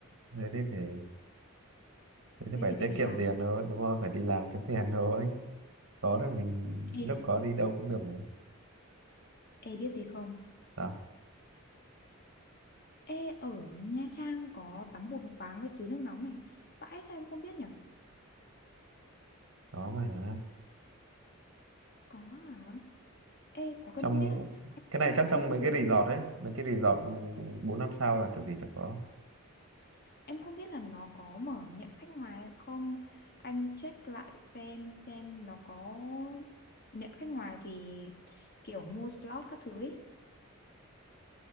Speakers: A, on the right; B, on the left.
A: thế thì phải thế thì
B: Thế
A: phải
B: thì phải
A: tiết
B: đi
A: kiệm
B: làm.
A: tiền thôi đúng không phải đi làm kiếm tiền thôi có rồi mình
B: Ê,
A: lúc có đi đâu cũng được mà.
B: ê biết gì không?
A: đó
B: Ê ở Nha Trang có tắm bùn khoáng với suối nước nóng này. Vãi sao em không biết nhở?
A: đó mà
B: Có hả? Ê có cần
A: trong
B: không biết à? anh
A: cái này chắc trong
B: Anh
A: mấy
B: thử
A: cái resort ấy mấy cái resort ừ, bốn năm sao là kiểu gì chẳng có
B: Em không biết là nó có mở nhận khách ngoài hay không. Anh check lại xem xem nó có nhận khách ngoài thì kiểu mua slot các thứ ấy.